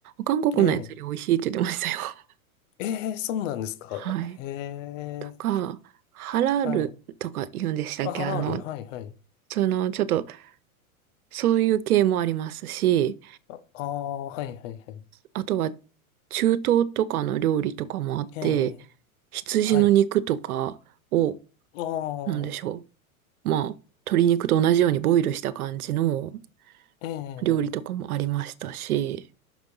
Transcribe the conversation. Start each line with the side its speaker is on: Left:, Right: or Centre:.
Right: 韓国のやつより美味しいって言ってましたよ。
Left: ええ、
Right: <laughs>
Left: ええ、そうなんですか。
Right: はい。
Left: へ
Right: とか、
Left: え、
Right: ハラルとか言うんでしたっけあの、
Left: はい。あ、ハラール、はい、はい。
Right: その、ちょっと、そういう系もありますし、
Left: あ、ああはい、はい、はい。
Right: あとは、中東とかの料理とかもあって、
Left: ええ、
Right: 羊の肉とかを、
Left: はい。ああ、
Right: なんでしょう。まあ、鶏肉と同じようにボイルした感じの
Left: ええ、
Right: 料理とかもありましたし、